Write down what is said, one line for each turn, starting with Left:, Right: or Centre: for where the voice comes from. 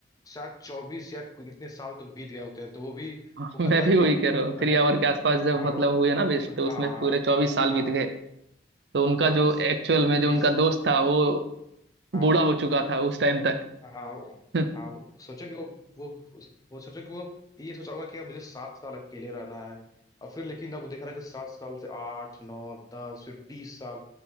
Left: शायद चौबीस या कोई इतने साल तो बीत गए होते हैं तो वो भी
Right: <laughs> हाँ,
Left: वो
Right: मैं
Left: कहता
Right: भी
Left: है कि
Right: वही कह रहा हूँ थ्री
Left: अरे
Right: आवर के आसपास जब
Left: हाँ
Right: मतलब हुए ना वेस्ट तो
Left: हाँ
Right: उसमें पूरे चौबीस साल
Left: हाँ
Right: बीत गए तो उनका
Left: हाँ
Right: जो एक्चुअल में
Left: बीस
Right: जो उनका दोस्त था वो
Left: हाँ,
Right: बूढ़ा हो चुका था उस टाइम
Left: का-
Right: तक
Left: हाँ
Right: <laughs>
Left: हाँ वो- सोचो कि वो वो उस- वो सोचो कि वो ये सोचा होगा कि यार मुझे सात साल अकेले रहना है और फिर लेकिन अब वो देख रहा है कि सात साल से आठ नौ दस फिर बीस साल